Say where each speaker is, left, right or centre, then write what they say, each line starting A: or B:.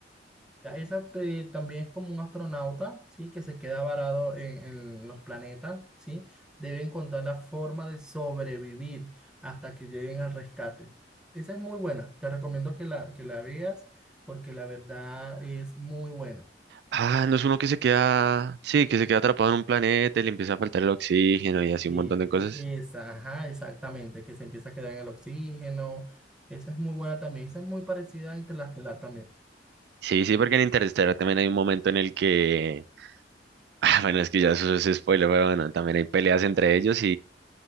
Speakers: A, in the centre; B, on the right (about 60°).
A: Ya, esa te- también es como un astronauta, ¿sí? Que se queda varado en, en los planetas, ¿sí? Debe encontrar la forma de sobrevivir hasta que lleguen al rescate. Esa es muy buena. Te recomiendo que la, que la veas porque la verdad es muy buena.
B: Ah, no es uno que se queda, sí, que se queda atrapado en un planeta y le empieza a faltar el oxígeno y así
A: Sí,
B: un montón de cosas.
A: e- esa, ajá, exactamente. Que se empieza a quedar en el oxígeno. Esa es muy buena también. Esa es muy parecida a Interestelar también.
B: Sí, sí, porque en Interstellar también hay un momento en el que, <laughs> ah, bueno, es que ya eso es spoiler, pero bueno, también hay peleas entre ellos